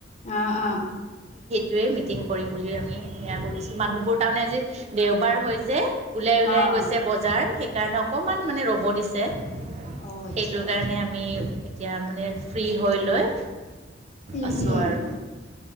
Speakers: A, on the left (about 35°); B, on the right (about 35°).
A: অ অ
B: টোৱে মিটিং কৰিম বুলি আমি সেয়া কৰিছোঁ। মানুহবোৰ তাৰমানে আজি দেওবাৰ হয় যে, ওলাই ওলাই
A: অ'
B: গৈছে বজাৰ, সেইকাৰণে অকণমান মানে ৰ'ব দিছে।
A: অ' আচ্ছা।
B: সেইটোৰ কাৰণে আমি এতিয়া মানে ফ্ৰী হৈ লৈ,
A: উম
B: আছোঁ
A: উম
B: আৰু